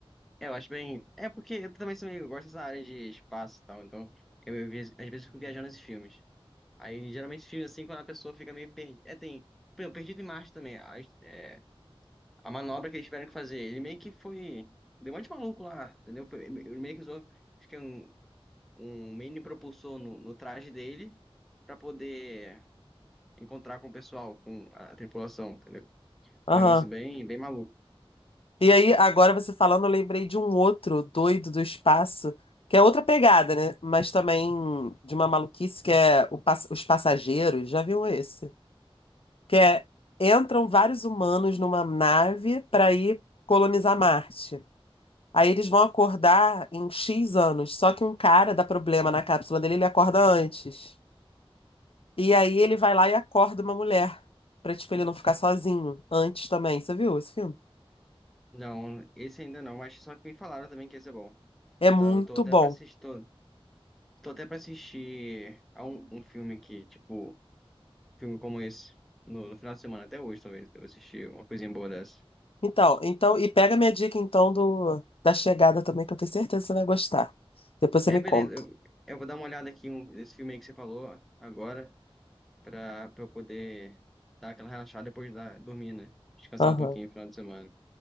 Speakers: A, in the centre; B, on the left (about 70°).
A: É, eu acho bem. É porque eu também sou meio, eu gosto dessa área de espaço e tal, então eu, eu vi- às vezes fico viajando nesses filmes. Aí geralmente esses filmes assim, quando a pessoa fica meio perdida. É, tem. Por exemplo, Perdido em Marte também. A, é, a manobra que eles tiveram que fazer, ele meio que foi. Deu um monte de maluco lá, entendeu? Foi, ele meio que usou. Acho que é um. um mini propulsor no, no traje dele para poder encontrar com o pessoal, com a tripulação, entendeu?
B: Aham.
A: Um negócio bem, bem maluco.
B: E aí, agora você falando, eu lembrei de um outro doido do espaço, que é outra pegada, né? Mas também de uma maluquice que é o pass- Os Passageiros. Já viu esse? Que é entram vários humanos numa nave para ir colonizar Marte. Aí eles vão acordar em X anos, só que um cara dá problema na cápsula dele, ele acorda antes. E aí ele vai lá e acorda uma mulher, pra tipo ele não ficar sozinho antes também. Você viu esse filme?
A: Não, esse ainda não, mas só que me falaram também que esse é bom.
B: É
A: Então,
B: muito
A: eu tô até
B: bom.
A: pra assistir, tô, tô até pra assistir a um, um filme que, tipo, filme como esse, no, no final de semana, até hoje, talvez, eu assisti uma coisinha boa dessa.
B: Então, então, e pega minha dica então do da chegada também, que eu tenho certeza que você vai gostar. Depois você
A: É,
B: me
A: beleza,
B: conta.
A: eu, eu vou dar uma olhada aqui um, nesse filme aí que você falou agora. pra, pra eu poder dar aquela relaxada depois da, dormir, né? Descansar
B: Aham.
A: um pouquinho no final de semana.